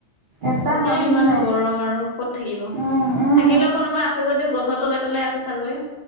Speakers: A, on the right (about 60°); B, on the left (about 65°).
A: এটা
B: এতিয়া
A: মানুহ
B: ইমান
A: নাই
B: গৰম আৰু ক'ত থাকিব থাকিলেও
A: উম উম
B: কোনোবা আছে যদিও গছৰ তলে তলে আছে চাগৈ